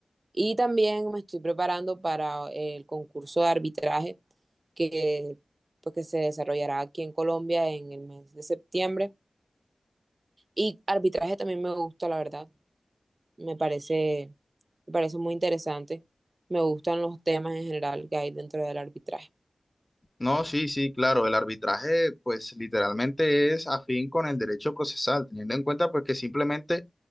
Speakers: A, on the right (about 45°); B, on the left (about 15°).
A: Y también me estoy preparando para el concurso de arbitraje que, pues, que se desarrollará aquí en Colombia en el mes de septiembre. Y arbitraje también me gusta, la verdad. Me parece, me parece muy interesante. Me gustan los temas en general que hay dentro del arbitraje.
B: No, sí, sí, claro, el arbitraje pues literalmente es afín con el derecho procesal, teniendo en cuenta pues que simplemente,